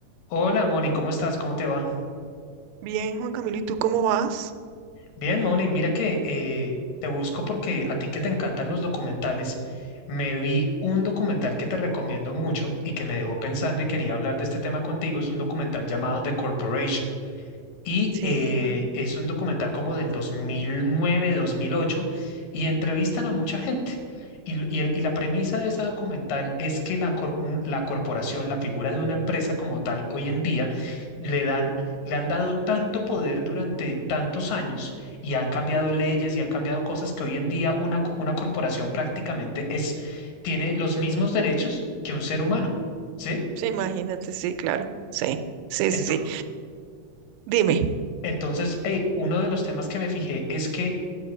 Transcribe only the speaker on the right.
Bien, Juan Camilo, ¿y tú cómo vas?
Sí,
sí, imagínate, sí, claro, sí, sí, sí,
sí. Dime,